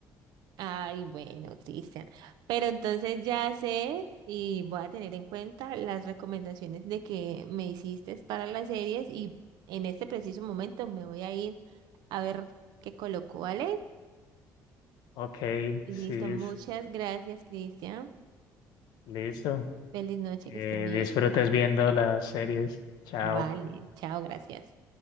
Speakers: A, on the right; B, on the left.
A: Ay, bueno, Cristian. Pero entonces ya sé y voy a tener en cuenta las recomendaciones de que me hiciste para las series y en este preciso momento me voy a ir a ver qué coloco, ¿vale?
B: Ok,
A: Listo,
B: sí,
A: muchas
B: es-
A: gracias, Cristian.
B: listo.
A: Feliz noche,
B: Que
A: que estés bien.
B: disfrutes viendo las series. Chao.
A: Vale, chao, gracias.